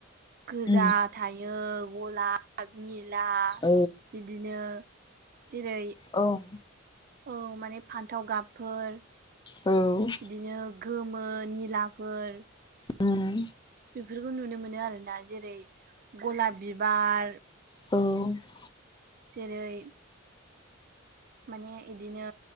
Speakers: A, on the right (about 45°); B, on the left (about 20°).
A: गोजा
B: औ
A: थायो गलाब गाब निला
B: औ
A: बिदिनो जेरै
B: औ
A: औ माने फान्थाव गाबफोर
B: औ
A: बिदिनो गोमो निलाफोर
B: ओम
A: बेफोरखौ नुनो मोनो आरोना जेरै गलाब बिबार
B: औ
A: जेरै माने इदिनो